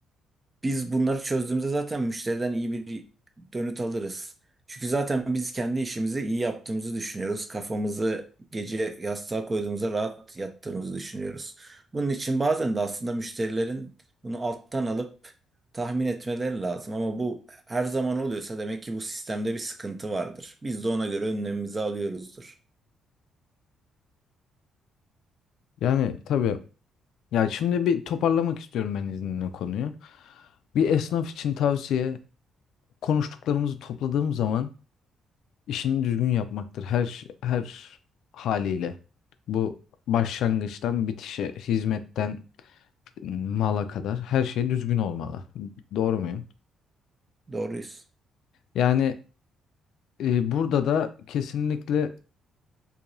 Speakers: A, on the right (about 15°); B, on the left (about 65°).
A: Biz bunları çözdüğümüzde zaten müşteriden iyi bir dönüt alırız. Çünkü zaten biz kendi işimizi iyi yaptığımızı düşünüyoruz. Kafamızı gece yastığa koyduğumuzda rahat yattığımızı düşünüyoruz. Bunun için bazen de aslında müşterilerin bunu alttan alıp tahmin etmeleri lazım. Ama bu her zaman oluyorsa demek ki bu sistemde bir sıkıntı vardır. Biz de ona göre önlemimizi alıyoruzdur.
B: Yani tabii Ya şimdi bir toparlamak istiyorum ben izninle konuyu. Bir esnaf için tavsiye konuştuklarımızı topladığım zaman işini düzgün yapmaktır her ş- her haliyle. Bu başlangıçtan bitişe, hizmetten ıı, mala kadar her şey düzgün olmalı. Doğru muyum?
A: Doğruyuz.
B: Yani e, burada da kesinlikle